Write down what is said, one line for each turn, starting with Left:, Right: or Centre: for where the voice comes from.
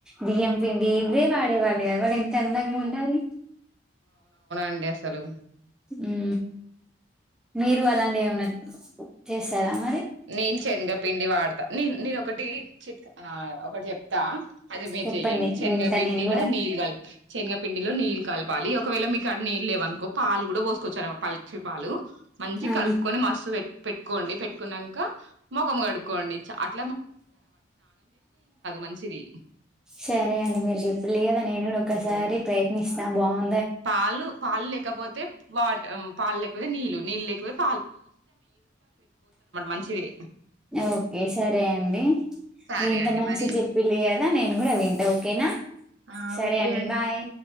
Centre: బియ్యం పిండి ఇవే వాడి ఇవాళ ఎవరు ఇంత అందంగా ఉండాలి
Right: అండి అస్సలు
Centre: ఊ మీరు అలాంటి ఏమనా చేసారామ
Right: నేను శనగపిండి వాడతా నేను నేను ఒకటి చిట్ ఒకటి చెప్తా అది మీరు
Centre: చెప్పండి
Right: చెయ్యండి శనగపపిన్డిలో
Centre: వింటా నేను కూడా
Right: నీళ్లు కల శనగపిండిలో నీళ్ కలపాలి ఒకవేళ మీకు అడ నీళ్ళు లేవనుకో పాలు కూడా పోసుకొచ్చార పల్చి పాలు మంచి
Centre: ఆ
Right: కలుపుకొని మస్తు పెట్ కొండి పెట్టుకున్నాం ముఖం కడుక్కకోండి చాలు మంచిది
Centre: సరే అండి మీరు చెప్పులే కదా నేను కూడా ఒకసారి ప్రయత్నిస్తా బావు
Right: పాలు పాలు లేకపోతే వాట పాలు లేకపోతే నీళ్ళు నీళ్ళు లేకపొ మంచిది
Centre: ఓకే సరే అండి
Right: సరే
Centre: మీ ఇంత
Right: అండి
Centre: మంచి
Right: మరి
Centre: చెప్పిలి కదా నేను కూడా వింటా ఓకేనా
Right: ఆ
Centre: సరే
Right: ఓకే
Centre: అండి బాయ్